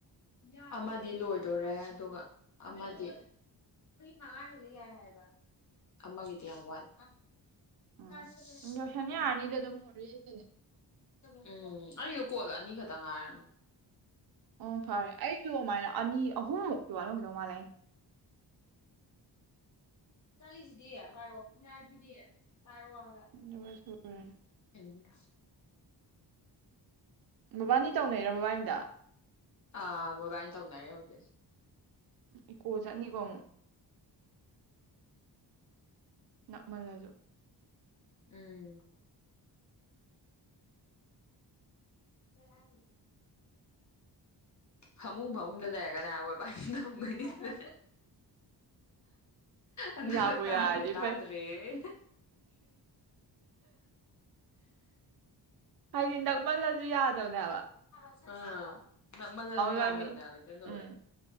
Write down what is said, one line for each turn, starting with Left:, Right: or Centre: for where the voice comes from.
Left: ꯌꯥꯔꫭꯏ ꯑꯃꯗꯤ ꯂꯣꯏꯗꯣꯔꯦ ꯑꯗꯨꯒ ꯑ ꯃꯗꯤ ꯃꯉꯥꯗꯒꯤ ꯌꯥꯏ ꯍꯥꯏꯕ ꯑꯃꯒꯤꯗꯤ ꯌꯥꯝ ꯋꯥꯠ
Right: ꯎꯝ
Left: ꯀ꯭ꯂꯥꯁ ꯁꯚꯦꯟ
Right: ꯂꯣꯏꯁꯟ ꯌꯥꯔꯅꯤꯗ ꯑꯗꯨꯝ ꯍꫭꯔꯦꯟꯒꯤꯅꯦ
Left: ꯎꯝ ꯑꯩꯁꯨ ꯀꯣꯜ ꯑꯅꯤꯈꯛꯇ ꯉꯥꯏꯔꯝꯅꯤ
Right: ꯑꯣ ꯐꯔꯦ ꯑꯩꯁꯨ ꯑꯃꯥꯏꯅ ꯑꯅꯤ ꯑꯍꯨꯝ ꯃꯨꯛꯇꯤ ꯋꯥꯂꯝꯒꯤꯗꯧ ꯃꯥꯜꯂꯦ ꯑꯩꯅ
Left: ꯆꯠꯂꯤꯁꯤꯗꯤ ꯄꯥꯏꯔꯣꯑꯣ ꯄꯤꯅꯥꯁꯤꯗꯤ ꯄꯥꯏꯔꫭꯑꫭ ꯍꯥꯏꯕ
Right: ꯑꯗꯨꯒ ꯁꯨꯔꯅꯤ
Left: ꯗꯨꯡꯗ
Right: ꯃꯕꯥꯅꯤ ꯇꯧꯅꯩꯔꯣ ꯃꯕꯥꯏꯟꯗꫭ
Left: ꯑꯥ ꯃꯣꯏꯕꯥꯥꯏꯅ ꯇꯧꯅꯔꯤ ꯍꯧꯖꯤꯛ
Right: ꯏꯀꯣ ꯆꯠꯅꯤꯀꯣ ꯑꯃꯨꯛ ꯅꯛ ꯃꯜꯂꯁꯨ
Left: ꯎꯝ ꯀꯩꯍꯥꯏꯅꯤ ꯐꯃꯨꯡ ꯐꯃꯨꯡꯗ ꯂꯩꯔꯒꯅꯦ ꯍꯥꯏ ꯃꯣꯏꯕꯥꯅꯤ ꯇꯧꯅꯩꯁꯤ ꯑꯗꯨꯒ
Right: ꯌꯥꯕꯨ
Left: ꯇꯥꯗ꯭ꯔꯦ
Right: ꯌꯥꯔꯗꯤ
Left: ꯇꯗ꯭ꯔꯦ
Right: ꯐꯩ
Left: ꯑꯌꯦ
Right: ꯍꯥꯏꯗꯤ ꯅꯛꯃꯜꯂꯁꯨ ꯌꯥꯗꯕꯅꯦ‌ ꯍꯥꯏꯕ
Left: ꯑ ꯅꯃꯜꯂꯖꯨ
Right: ꯏꯕꯥꯅꯤ
Left: ꯌꯥꯗꯕꯅꯦ ꯍꯥꯏꯕ ꯏꯆꯟ ꯇꫭꯝꯕꯤ
Right: ꯎꯝ